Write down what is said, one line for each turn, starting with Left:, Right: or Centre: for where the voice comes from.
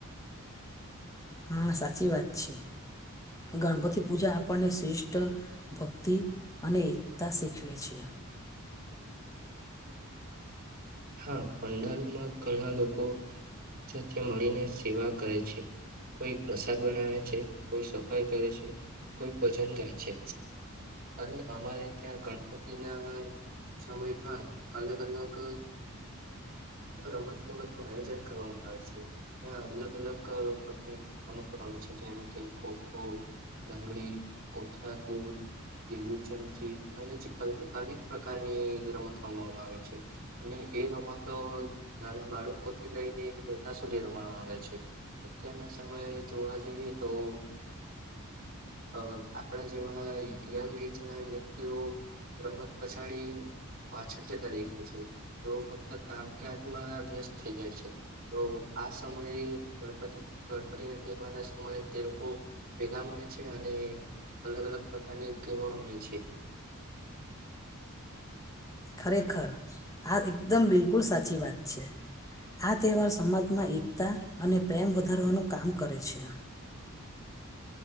Left: હા, સાચી વાત છે. ગણપતિ પૂજા આપણને શ્રેષ્ઠ ભક્તિ અને એકતા શીખવે છે.
Right: હા, પંડાલમાં ઘણા લોકો સાથે મળીને સેવા કરે છે. કોઈ પ્રસાદ બનાવે છે, કોઈ સફાઈ કરે છે, કોઈ ભજન ગાય છે. અને અમારે ત્યાં ગણપતિ ના સમયમા અલગ, અલગ રમત ગમતનુ આયોજન કરવામાં આવે છે. ત્યાં અલગ અલગ પ્રકારની રમતો રમે છે. જેમ કે, ખોખો લંગડી, કોથાઙ કોૂટ લીંબુ ચમચી અને અનેક પ્રકારની રમત રમવામાં આવે છે. અને એ રમતો નાના બાળકો થી લઈને મોટા સુધી રમાડવા આવે છે. અત્યારના સમયે જોવા જઈએ તોઅ અ આપણા જેવા યંગ એજ ના વ્યક્તિઓ રમત પછાડી પાછળ જતા દેખાય છે. તેઓ ફક્ત કામકાજમાં વ્યસ્ત થઈ જાય છે. તો આ સમયે ગણપતિ, ગણપતિ ને તહેવારના સમયે તે લોકો ભેગા મળે છે અને અલગ -અલગ પ્રકારની ગેમો રમે છે.
Left: ખરેખર, આ એકદમ બિલકુલ સાચી વાત છે. આ તહેવાર સમાજમાં એકતા અને પ્રેમ વધારવાનું કામ કરે છે.